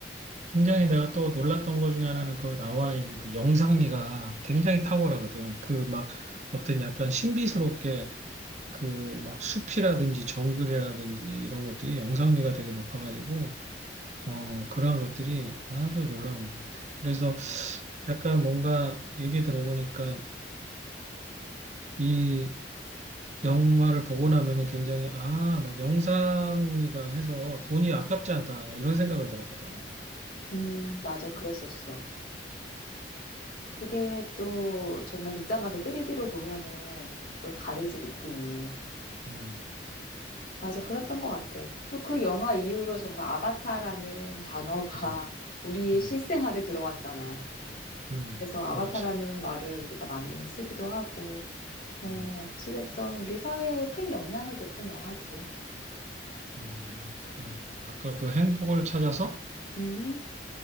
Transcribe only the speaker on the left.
음, 맞아. 그랬었어. 그게 또 정말 극장 가서 3D로 보면은 또 다르지, 느낌이.
맞아, 그랬던 것 같아. 또 그 영화 이후로 정말 아바타라는 단어가
<laughs> 우리
실생활에 들어왔잖아.
그래서 아바타라는
말을 우리가 많이 쓰기도 하고, 어,
어찌됐든 우리 사회에 큰 영향을 줬던 영화지.
음,